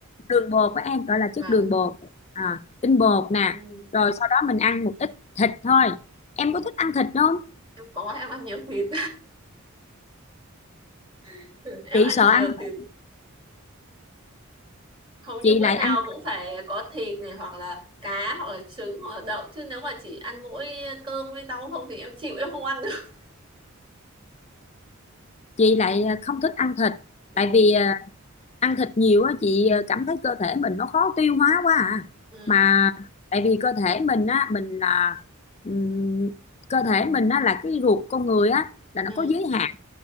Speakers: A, on the left; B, on the right.
A: đường bột của em gọi là
B: vâng
A: chất đường bột à, tinh bột nè
B: ừ.
A: rồi sau đó mình ăn một ít thịt thôi em có thích ăn thịt không
B: em có em ăn nhiều thịt <laughs> em
A: chị
B: ăn
A: sợ
B: nhiều
A: ăn
B: thịt
A: thịt,
B: hầu như
A: chị
B: bữa
A: lại
B: nào
A: ăn
B: cũng phải có thịt này hoặc là cá hoặc là trứng hoặc là đậu chứ nếu mà chỉ ăn mỗi cơm với rau không thì em chịu em không ăn được
A: chị lại ờ, không thích ăn thịt
B: ừ
A: tại vì ờ, ăn thịt nhiều á chị ờ, cảm thấy cơ thể mình nó khó tiêu hóa quá à
B: ừ
A: mà tại vì cơ thể mình á mình là ừm, cơ thể mình á là cái ruột con người á là nó
B: ừ
A: có giới hạn